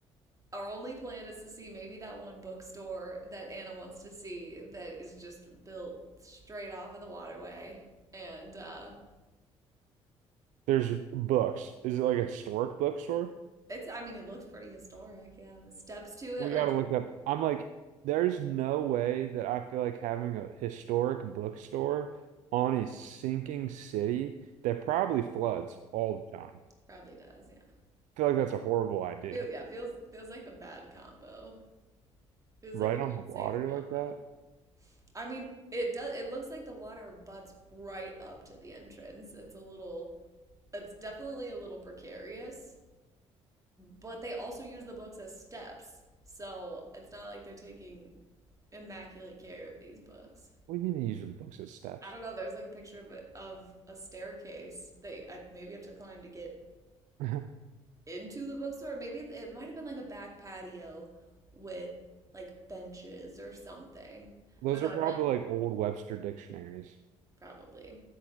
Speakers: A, on the right; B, on the right.
A: our only plan is to see maybe that one bookstore that Anna wants to see that is just built straight off of the waterway. And uh,
B: There's books. Is it like a historic bookstore?
A: it's, I mean, it looks pretty historic. Yeah, and the steps to it
B: We
A: are
B: gotta
A: just
B: look up. I'm like, there's no way that I feel like having a historic bookstore on a sinking city that probably floods all the time.
A: probably does. Yeah,
B: I feel like that's a horrible idea.
A: feels yeah feels feels like a bad combo. Feels
B: Right
A: like an
B: on
A: unsafe
B: the water
A: combo.
B: like that?
A: I mean, it does. It looks like the water butts right up to the entrance. It's a little. It's definitely a little precarious, but they also use the books as steps, so it's not like they're taking immaculate care of these books.
B: What do you mean you use the books as steps?
A: I don't know. There's like a picture of a, of a staircase that I maybe have to climb to get
B: <laughs>
A: into the bookstore. Maybe it, it might have been like a back patio with like benches or something.
B: Those
A: I don't know.
B: are
A: I
B: probably
A: feel like
B: like old Webster dictionaries.
A: probably